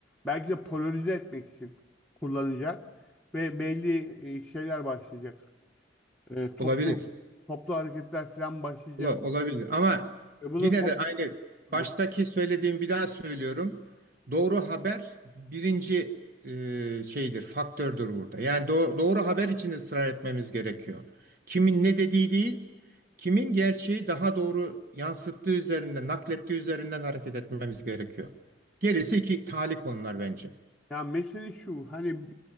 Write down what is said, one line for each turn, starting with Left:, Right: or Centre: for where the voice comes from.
Centre: belki de polarize etmek için kullanacak ve belli e, şeyler başlayacak. E, toplu
Right: Olabilir.
Centre: toplu hareketler falan başlayacak.
Right: Ola- Olabilir ama
Centre: E, bu
Right: yine
Centre: da
Right: de aynı
Centre: topluluk.
Right: baştaki söylediğim bir daha söylüyorum. Doğru haber birinci e, şeydir, faktördür burada. Yani do- doğru haber için ısrar etmemiz gerekiyor. Kimin ne dediği değil, kimin gerçeği daha doğru yansıttığı üzerinden, naklettiği üzerinden hareket etmemiz gerekiyor. Gerisi iki tali konular bence.
Centre: Ya mesele şu hani